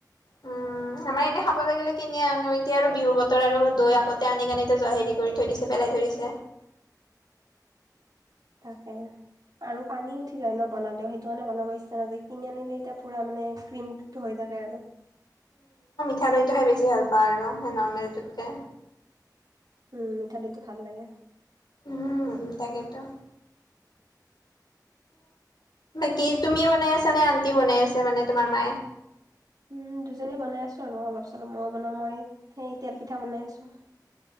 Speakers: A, on the right; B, on the left.
A: <inaudible>
B: উম, আমাৰ এনে খাব লাগিলে কিনি আনো এতিয়া আৰু বিহু বতৰ আৰু দৈ আগতে আনি কিনে হেৰি কৰি থৈ দিছে পেলাই থৈ পিছে।
A: <inaudible> তাকে আৰু পানী উঠি যায় ন বনালে কাৰণে বনাব ইচ্ছা নাযায় কিনি আনিলে এতিয়া পুৰা মানে ক্ৰীমটো হৈ থাকে আৰু
B: খঠ লৈটোহে বেছি ভাল পাওঁ আৰু সেই নৰ্মেলটোতকে
A: উম মিঠা দৈ টো ভাল লাগে
B: উম তাকেইেতো বাকী তুমিও বনাই আছা নে আন্টিও বনাই আছ মানে তোমাৰ মায়ে।
A: উম দুজনীয়ে বনাই আছো আৰু অলপ চলপ মইো বনাও মই সেই তেল পিঠা বনাই আছো।